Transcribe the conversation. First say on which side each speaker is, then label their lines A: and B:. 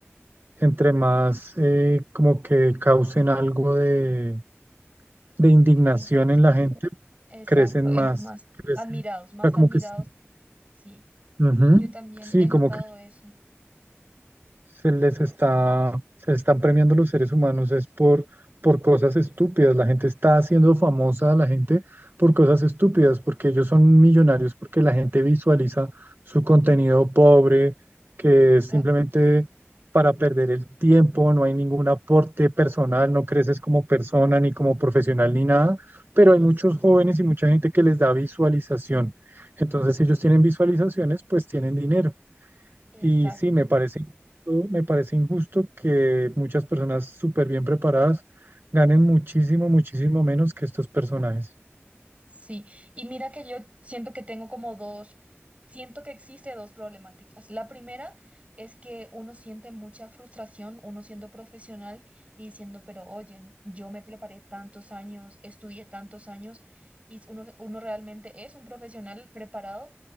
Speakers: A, on the right; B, on the right.
A: entre más eh, como que causen algo de, de indignación
B: Sí, la impresión.
A: en la gente,
B: Exacto,
A: crecen
B: em-
A: más,
B: más
A: crecen,
B: admirados,
A: o
B: más
A: sea, como
B: admirados.
A: que sí,
B: Sí,
A: ujú,
B: yo también
A: sí,
B: he notado
A: como que
B: eso.
A: se les
B: Re-
A: está, se les están premiando los seres humanos es por, por cosas estúpidas. La gente está haciendo famosa a la gente por cosas estúpidas, porque ellos son millonarios, porque la gente visualiza su contenido pobre, que
B: Exacto,
A: es simplemente para perder el tiempo, no hay ningún aporte personal, no creces como persona, ni como profesional, ni nada, pero
B: es,
A: hay muchos jóvenes y mucha gente que les da visualización. Entonces, si ellos tienen visualizaciones, pues tienen dinero.
B: exacto.
A: Y sí, me parece, injusto- me parece injusto que muchas personas súper bien preparadas ganen muchísimo, muchísimo menos que estos personajes.
B: Sí, y mira que yo siento que tengo como dos, siento que existe dos problemáticas. La primera es que uno siente mucha frustración, uno siendo profesional y diciendo, pero oye, yo me preparé tantos años, estudié tantos años y uno, uno realmente es un profesional preparado,